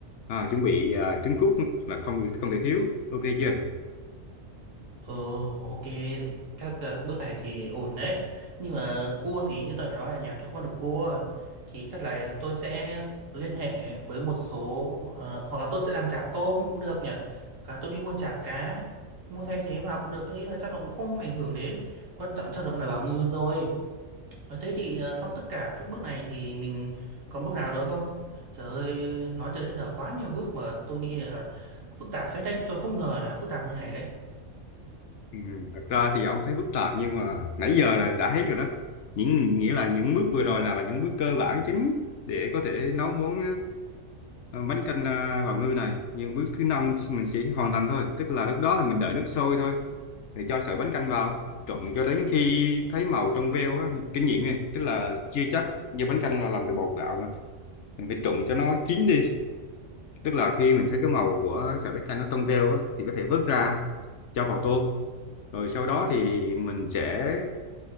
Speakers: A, on the left (about 65°); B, on the right (about 75°).
A: À, chuẩn bị à, trứng cút là không không thể thiếu ok chưa
B: Ồ, ok, các ờ, bước này thì ổn đấy. Nhưng mà cua thì như tôi đã nói là nhà tôi không ăn được cua. Thì chắc là tôi sẽ liên hệ với một số, ờ, hoặc là tôi sẽ làm chả tôm cũng được nhỉ. Hoặc là tôi đi mua chả cá, mua thay thế vào cũng được. Tôi nghĩ là chắc là cũng không ảnh hưởng đến. Quan trọng chắc là vẫn là bào ngư thôi. Nói thế thì ờ, xong tất cả các bước này thì mình còn bước nào nữa không? Trời ơi, nói tới đến giờ quá nhiều bước mà tôi nghĩ là phức tạp phết đấy. Tôi không ngờ là phức tạp như này đấy.
A: ừ, thật ra thì ông thấy phức tạp nhưng mà nãy giờ là đã thấy rồi đó những nghĩa là những bước vừa rồi là, là những bước cơ bản chính để có thể nấu món à, bánh canh à, bào ngư này nhưng bước thứ năm mình chỉ hoàn thành thôi tức là lúc đó là mình đợi nước sôi thôi thì cho sợi bánh canh vào trộn cho đến khi thấy màu trong veo á kinh nghiệm này tức là chưa chắc như bánh canh là làm từ bột gạo mà mình phải trộn cho nó chín đi tức là khi mình thấy cái màu của sợi bách canh nó trong veo á, thì có thể vớt ra cho vào tô rồi sau đó thì mình sẽ